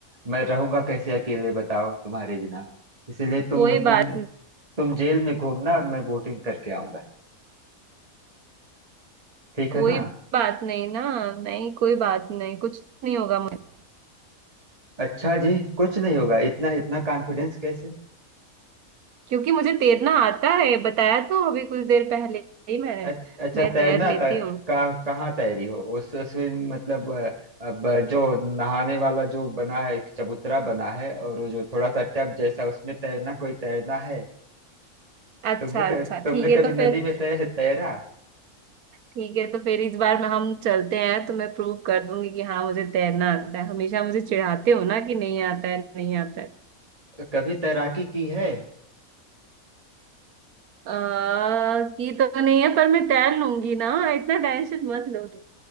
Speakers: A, on the right; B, on the right.
A: मैं रहूंगा कैसे अकेले बताओ तुम्हारे बिना इसलिए तुम
B: कोई बात
A: तुम
B: नहीं
A: तुम जेल में घूमना और मैं बोटिंग करके आऊंगा ठीक
B: कोई
A: है ना
B: बात नहीं ना नहीं कोई बात नहीं कुछ नहीं होगा मुझे
A: अच्छा जी कुछ नहीं होगा इतना इतना कॉन्फिडेंस कैसे
B: क्योंकि मुझे तैरना आता है बताया तो अभी कुछ देर पहले ही मैंने
A: अच- अच्छा
B: मैं
A: तैरना
B: तैर लेती
A: था
B: हूँ
A: कहाँ कहाँ तैरी हो उस स्विम मतलब अ, अब जो नहाने वाला जो बना है एक चबूतरा बना है और वो जो थोड़ा सा टब जैसा उसमें तैरना कोई तैरना है
B: अच्छा
A: तुमने
B: अच्छा
A: क- तुमने
B: ठीक है
A: कभी
B: तो फिर
A: नदी में तैर तैरा
B: ठीक है तो फिर इस बार में हम चलते हैं तो मैं प्रूव कर दूंगी कि हाँ मुझे तैरना आता है हमेशा मुझे चिढ़ाते हो ना कि नहीं आता है नहीं आता है
A: कभी तैराकी की है
B: आ, की तो नहीं है पर मैं तैर लूंगी ना इतना टेंशन मत लो तुम